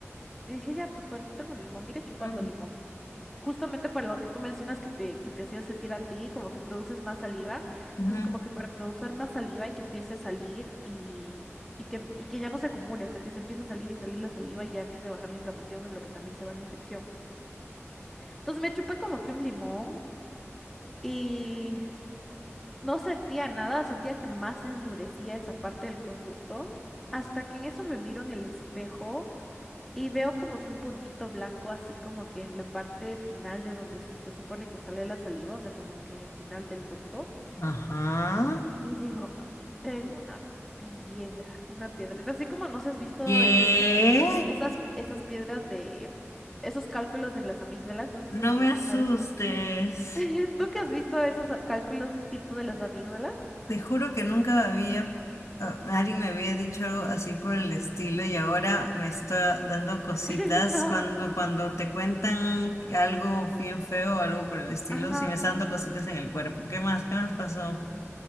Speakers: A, in the centre; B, on the left.
A: Y dije, ya, pues bueno, tengo limón, iré chupando
B: Mm.
A: limón justamente para lo que tú mencionas que te, que te hacía sentir a ti, como que produces más saliva.
B: Ujú.
A: Entonces, como que para producir más saliva y que empiece a salir y, y que, y que ya no se acumule, o sea, que se empiece a salir y salir la saliva y ya empiece a bajar la inflamación, en lo que también se va la infección. Entonces, me chupé como que un limón y no sentía nada, sentía que más endurecía esa parte del conducto. Hasta que en eso me miro en el espejo Y veo como que un puntito blanco así como que en la parte final de donde se supone que sale la saliva, o sea, como que en el final del ducto.
B: Ajá.
A: Y digo, "Ah, tengo una piedra, una piedrita, así como no sé, si has visto
B: ¿Qué?
A: esas, Eh. esas, esas piedras de esos cálculos en las amígdalas, no sé si es
B: No
A: que
B: me
A: alguna
B: asustes.
A: vez has... <laughs> ¿Tú que has visto esos a- cálculos tipo de las amígdalas?
B: Te juro que nunca había, a- alguien me había dicho algo así por el estilo y ahora me está dando cositas
A: <laughs> No,
B: cuando, cuando te cuentan algo bien feo o algo por el estilo,
A: ajá.
B: sí me está dando cositas en el cuerpo. ¿Qué más? ¿Qué más pasó?